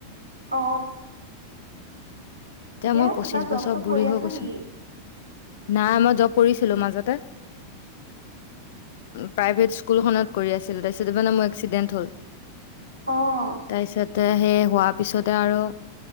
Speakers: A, on the right; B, on the left.
A: অ এতিয়া
B: মই পঁচিশ
A: কিবা জব
B: বছৰ
A: চব
B: বুঢ়ী
A: কৰি
B: হৈ
A: আছা
B: গৈছো
A: নেকি
B: নাই মই জব কৰিছিলো মাজতে প্ৰাইভ স্কুলখনত কৰি আছিলো তাৰিতে মানে মোৰ এক্সিডেন্ট হ'ল
A: অ',
B: তাৰপিছত তা সেই হোৱাৰ পিছতে আৰু